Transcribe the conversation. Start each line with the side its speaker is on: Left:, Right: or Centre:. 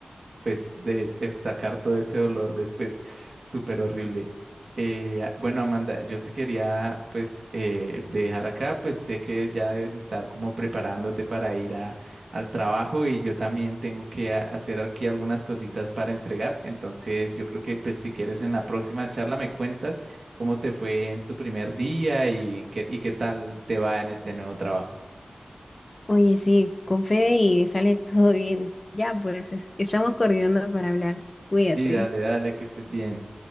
Right: pues de es- es sacar todo ese olor después, súper horrible. Eh, a- bueno, Amanda, yo te quería pues eh, dejar acá, pues sé que ya debes estar como preparándote para ir a, al trabajo y yo también tengo que a- hacer aquí algunas cositas para entregar, entonces yo creo que pues si quieres en la próxima charla me cuentas cómo te fue en tu primer día y qué, y qué tal te va en este nuevo trabajo.
Left: Oye, sí, con fe y sale todo bien. Ya, pues es- estamos coordinando para hablar. Cuídate.
Right: Sí, dale, dale, que estés bien.